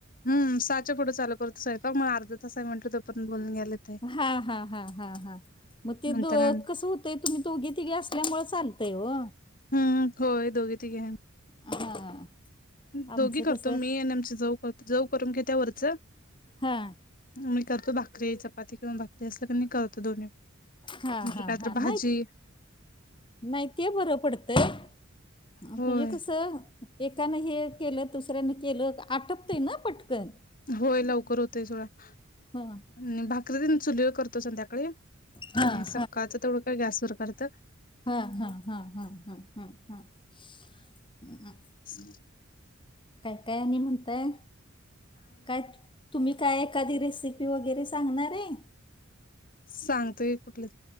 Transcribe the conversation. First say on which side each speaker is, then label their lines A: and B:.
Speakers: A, on the left; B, on the left.
A: हम् सहाच्या पुढं चालू करतो स्वयपाक मग अर्धा तास आहे म्हटल तो पर्यंत बोलून घ्यायलेत
B: हा हा हा हा म ते
A: म्हणताना
B: दो कसं हो ते तुम्ही दोघी तिघे असल्यामुळे चालतय व
A: हम्म होय दोघी तिघी <inaudible>
B: <inaudible>
A: दोघी
B: आमचं
A: करतो
B: कसं
A: मी आणि आमचे जाऊ करतो जाऊ करून घेत्या वरचं
B: हा
A: मी करतो भाकरी चपाती किंवा भाकरी असलं तर मी करतो दोन्ही
B: हा
A: नंतर
B: हा
A: काय
B: हा
A: तर भाजी
B: नाहीत नाही ते बरं पडतंय म्हणजे
A: होय
B: कसं एकानं हे केलं दुसऱ्यानं केलं आटपतंय ना पटकन
A: होय लवकर होतय <unintelligible>
B: हां
A: आणि भाकरी न चुलीवर करतो संध्याकाळी आणि
B: हां
A: सकाळचं तेवढं काय गॅस वर करत्यात
B: हा हा हा हा हा हम हम
A: <unintelligible>
B: काय काय आणि म्हणताय काय? तुम्ही काय एकादी रेसिपी वगैरे सांगणार आहे?
A: सांगतोय कुठली